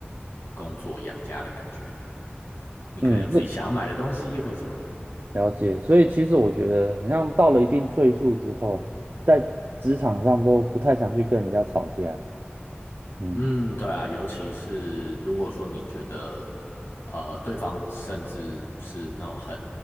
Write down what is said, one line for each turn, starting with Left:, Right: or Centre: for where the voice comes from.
Left: 工作养家的感觉。你可能有自己想要买的东西或什么的。
Right: 嗯，会。了解，所以其实我觉得，好像到了一定岁数之后，在职场上都不太想去跟人家吵架。嗯，
Left: 嗯，对啊，尤其是如果说你觉得，呃，对方甚至是那种很